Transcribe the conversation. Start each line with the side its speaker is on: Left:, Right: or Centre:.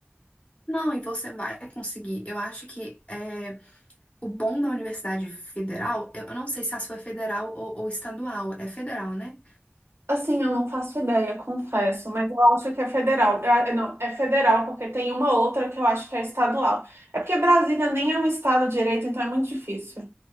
Left: Não, e você vai conseguir. Eu acho que é. O bom da Universidade Federal, eu eu não sei se a sua é federal ou, ou estadual, é federal, né?
Right: Assim, eu não faço ideia, confesso, mas eu acho que é federal. Eu não, é federal porque tem uma outra que eu acho que é estadual. É porque Brasília nem é um estado direito, então é muito difícil.